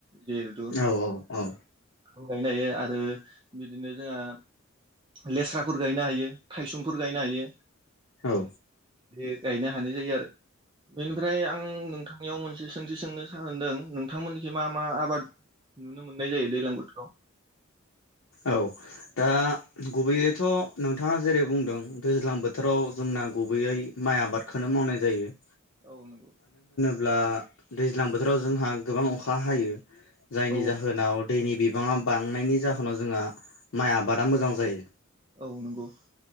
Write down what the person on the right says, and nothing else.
जिहेथु
थारुन गायनो हायो आरो बिदिनो जोंहा लेस्राफोर गायनो हायो थायसुमफोर गायनो हायो
बे गायनो हानाय जायो आरो बेनिफ्राय आं नोंथां नियाव मोनसे सोंथि सोंनो सानदों नोंथांमोननिखि मा मा आबाद नुनो मोननाय जायो दैज्लां बोथोराव
औ नंगौ
औ
औ नंगौ